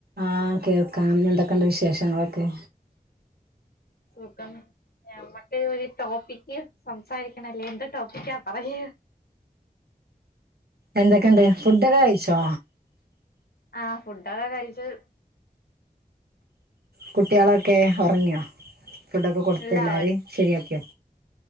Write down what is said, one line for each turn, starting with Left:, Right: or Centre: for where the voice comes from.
Right: ആഹ് കേൾക്കാം എന്തൊക്കെയുണ്ട് വിശേഷങ്ങളൊക്കെ
Left: സുഖം ഞമ്മക്ക് ഒരു ടോപ്പിക്ക് സംസാരിക്കണല്ലേ എന്ത് ടോപ്പിക്കാ പറയാ
Right: എന്തൊക്കെണ്ട് ഫുഡൊക്കെ കഴിച്ചോ?
Left: ആഹ് ഫുഡൊക്കെ കഴിച്ചു
Right: കുട്ടികളൊക്കെ ഒറങ്ങിയോ ഫുഡൊക്കെ കൊടുത്ത്
Left: ഇല്ല
Right: എല്ലാവരെയും
Left: ഒ-
Right: ശെരിയാക്കിയോ